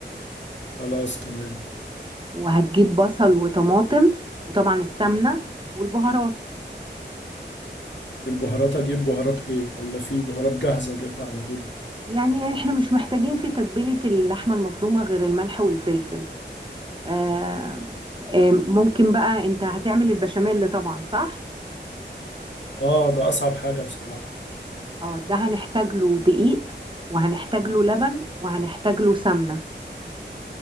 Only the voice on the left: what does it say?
خلاص تمام
والبهارات اجيب بهارات ايه ولا في بهارات جاهزه اجيبها على طول
اه ده اصعب حاجه بصراحه